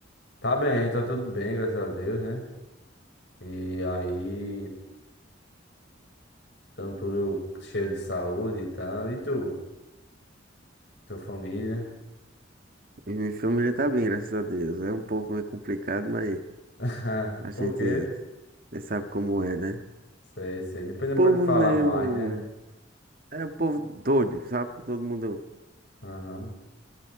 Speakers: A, on the left; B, on the right.
A: Tá bem, tá tudo bem, graças a Deus, né? E aí, estão tudo cheio de saúde e tal. E tu? Tua família?
B: E minha família tá bem, graças a Deus. É um povo meio complicado, mas
A: <laughs>
B: a
A: Por
B: gente
A: quê?
B: você sabe como é, né?
A: Sei, sei. Depois não
B: Povo
A: pode falar
B: meio.
A: mais, né?
B: É um povo doido, sabe? Todo mundo.
A: Aham.